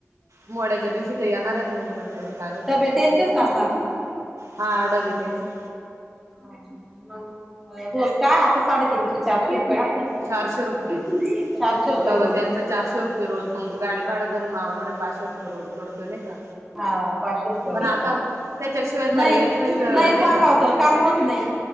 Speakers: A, on the right (about 85°); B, in the centre.
A: मोड्याच्या दिवशी तं येणारयत, मग नंतर काय होतं
B: डबे
A: काय माहित.
B: त्यांचेच का आता?
A: हा, डबे त्यांचेच.
B: हा. मग रोज का? आता साडे तीनशे चारशे रुपयं आसंन.
A: चारशे रुपये
B: चारशे रुपयं
A: डबा
B: रोजयं.
A: त्यांचं चारशे रुपये रोज मग गाडी भाडं धरून मग म्हणे पाचशे रूपयं रोज. पडतोय नाही का
B: हा, पाचशे रुपय रोज.
A: पण आता
B: बरोबर.
A: त्याच्याशिवाय पर्यायच
B: नाई,
A: नाही
B: नाई
A: नाही
B: सांगाव
A: का
B: तर काम होत नाई.